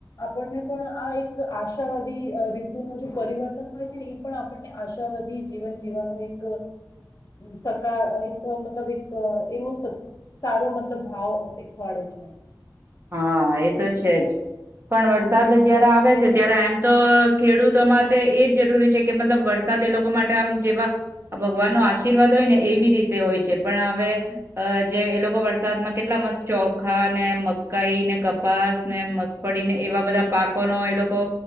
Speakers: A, on the left; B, on the right.
A: આપણને પણ આ એક આશાવાદી રીધ્ધુનું જે પરિવર્તન હોય છેને, એ પણ આપણને આશાવાદી જીવન જીવવાનું એક સકાર એક મતલબ એક એવો સારો મતલબ ભાવ મળે છે.
B: હા, એતો છેજ પણ વરસાદ જયારે આવે છે ત્યારે એમતો ખેડૂતો માટે એજ જરૂરી છેકે મતલબ વરસાદ એ લોકો માટે આમ જેવા ભગવાનનો આશીર્વાદ હોય ને એવી રીતે હોય છે, પણ હવે, જે એ લોકો વરસાદમાં કેટલા મસ્ત ચોખાને અને મ કઈને કપાસને મગફળીને એવા બધાં પાકોનો એ લોકો